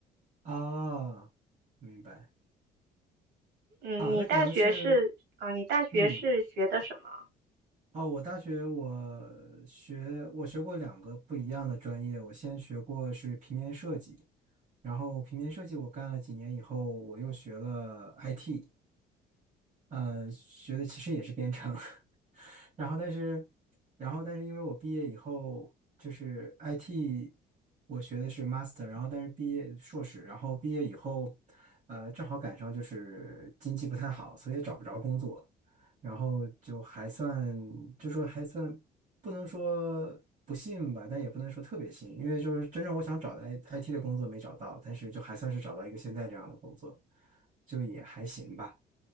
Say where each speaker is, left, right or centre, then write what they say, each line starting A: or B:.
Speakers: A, on the right; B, on the right.
A: 啊，明白
B: 嗯，
A: 啊，
B: 你大学是啊，
A: 那可能是
B: 你大学是学的什么？
A: 嗯。哦，我大学我学我学过两个不一样的专业，我先学过是平面设计，然后平面设计我干了几年以后，我又学了 IT，呃，学的其实也是编程，<laughs> 然后但是，然后但是因为我毕业以后就是 IT，我学的是 master，然后但是毕业硕士，然后毕业以后，呃，正好赶上就是经济不太好，所以找不着工作，然后就还算就说还算不能说不幸吧，但也不能说特别幸，因为就是真正我想找的 I- IT 的工作没找到，但是就还算是找到一个现在这样的工作，就也还行吧。